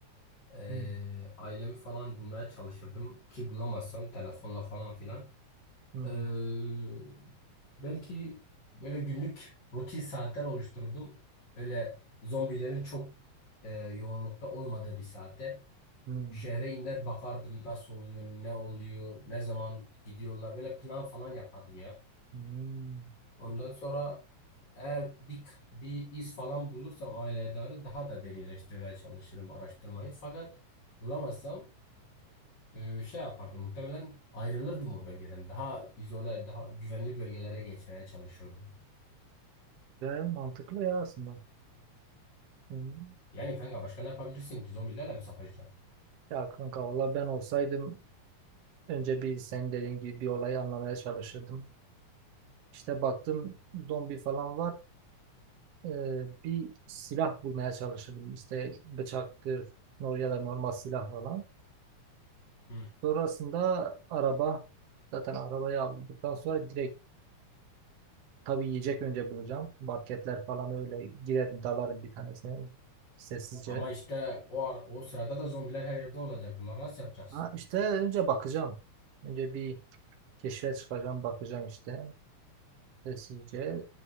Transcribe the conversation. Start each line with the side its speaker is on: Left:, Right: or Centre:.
Left: Eee,
Right: hmm,
Left: ailemi falan bulmaya çalışırdım ki bulamazsam telefonla falan filan.
Right: hmm,
Left: Eee, belki böyle günlük rutin saatler oluşturdum. Öyle zombilerin çok eee, yoğunlukta olmadığı bir saate.
Right: hmm,
Left: Şehre iner bakardım nasıl oluyor, ne oluyor, ne zaman gidiyorlar. Böyle plan falan yapardım ya.
Right: hmm.
Left: Ondan sonra eğer bir, bir iz falan bulursam aileye dair daha da derinleştirmeye çalışırım araştırmayı. Fakat bulamazsam e, şey yapardım. Muhtemelen ayrılırdım o bölgeden. Daha izole, daha güvenli bölgelere geçmeye çalışırdım.
Right: Yani mantıklı ya aslında. Hmm.
Left: Yani kanka başka ne yapabilirsin ki? Zombilerle mi savaşacaksın?
Right: Ya kanka valla ben olsaydım önce bir sen dediğin gibi bir olayı anlamaya çalışırdım. İşte baktım zombi falan var. Ee, bir silah bulmaya çalışırdım. İşte bıçaktır nor- ya da normal silah falan.
Left: Hı.
Right: Sonrasında araba zaten arabayı aldıktan sonra direkt tabii yiyecek önce bulacağım. Marketler falan öyle girerim dalarım bir tanesine sessizce.
Left: Ama işte o ara- o sırada da zombiler her yerde olacak. Bunları nasıl yapacaksın?
Right: Ha işte önce bakacağım. Önce bir keşfe çıkacağım bakacağım işte sessizce.